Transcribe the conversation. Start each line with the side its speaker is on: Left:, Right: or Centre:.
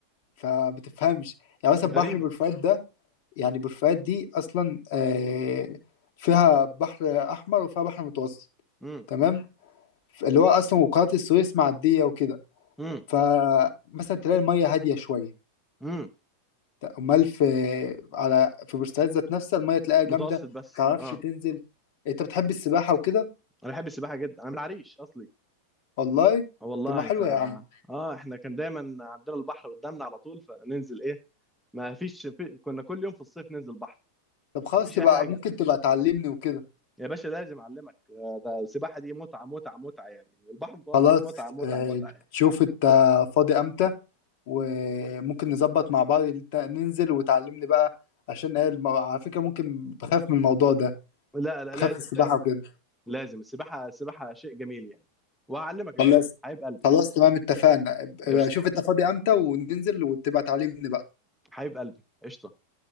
Left: فبتفهمش يعني مثلا
Centre: غريبه
Left: بحر بورفؤاد ده يعني بورفؤاد دي اصلا آه، فيها بحر احمر وفيها بحر متوسط
Centre: امم
Left: تمام اللي هو اصلا وقناة السويس معدية وكده
Centre: امم
Left: فمثلا تلاقي المية هادية شوية
Centre: امم
Left: امال في على في بورسعيد ذات نفسها المية تلاقيها
Centre: متوسط
Left: جامدة
Centre: بس
Left: متعرفش
Centre: اه
Left: تنزل انت بتحب السباحة وكده
Centre: انا بحب السباحه جدا انا من العريش اصلي
Left: والله
Centre: والله
Left: طب ما حلوة
Centre: ف
Left: يا عم
Centre: اه احنا كان دايما عندنا البحر قدامنا على طول فننزل ايه ما فيش في... كنا كل يوم في الصيف ننزل بحر
Left: طب خلاص
Centre: ما فيش
Left: تبقى
Centre: اي حاجه
Left: ممكن تبقى تعلمني وكده
Centre: يا باشا لازم اعلمك آه، ده السباحه دي متعه متعه متعه يعني والبحر المتوسط
Left: خلاص
Centre: متعه متعه
Left: آه،
Centre: متعه يعني
Left: شوف انت فاضي امتى وممكن نظبط مع بعض إنت ننزل وتعلمني بقى عشان ايه المو... على فكرة ممكن بخاف من الموضوع ده
Centre: لا لا
Left: بخاف
Centre: لازم
Left: من السباحة
Centre: لازم
Left: وكده
Centre: لازم السباحه السباحه شيء جميل يعني وهعلمك ان
Left: خلاص
Centre: شاء الله حبيب قلبي
Left: خلاص تمام اتفقنا ابقى
Centre: قشطه
Left: شوف انت فاضي امتى وننزل وتبقى تعلمني بقى
Centre: حبيب قلبي قشطه